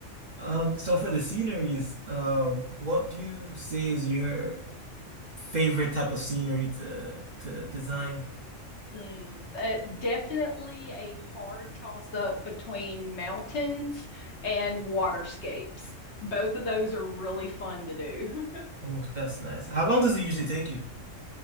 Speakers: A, on the right; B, on the left.
A: Um, so for the sceneries, uh, what do you say is your favorite type of scenery to to design.
B: Hmm. Uh, definitely a hard toss up between mountains and waterscapes. Both of those are really fun to do. <laughs>
A: Oh, that's nice. How long does it usually take you?